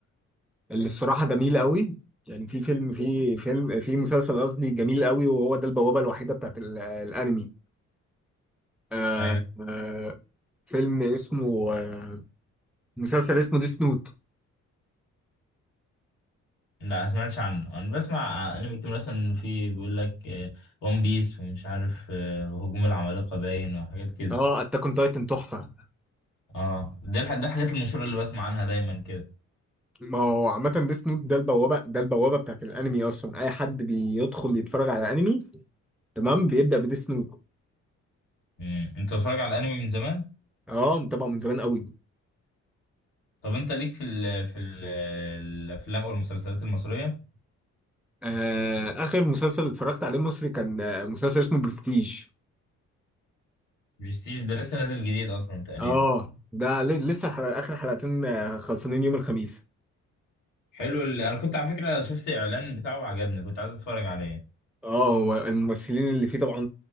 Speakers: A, in the centre; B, on the left.
A: اللي الصراحة جميل قوي يعني في فيلم في فيلم في مسلسل قصدي جميل قوي وهو ده البوابة الوحيدة بتاعت ال- الانمي آه
B: ايوه
A: آه فيلم اسمه آه، مسلسل اسمه ديس نوت
B: لا ما سمعتش عنه انا بسمع انمي كتير مثلا في بيقول لك ون بيس ومش عارف آه، هجوم العمالقة باين وحاجات كده
A: اه اتاك اون تايتن تحفة
B: اه ده الح- ده الحاجات المشهورة اللي بسمع عنها دايما كده
A: ما هو عامة ديس نوت ده البوابة ده البوابة بتاعت الانمي اصلا اي حد بيدخل يتفرج على انمي تمام بيبدأ بديس نوت
B: مم. انت بتتفرج على الانمي من زمان
A: اه متابعه من زمان قوي
B: طب انت ليك في ال في ال الافلام او المسلسلات المصرية
A: آه، اخر مسلسل اتفرجت عليه مصري كان آه، مسلسل اسمه برستيج
B: برستيج ده لسه نازل جديد اصلا تقريبا
A: اه ده ل- لسه حلق اخر حلقتين آه، خلصانين يوم الخميس
B: حلو ال- انا كنت على فكرة شفت اعلان بتاعه وعجبني كنت عايز اتفرج عليه
A: اه هو الممثلين اللي فيه طبعا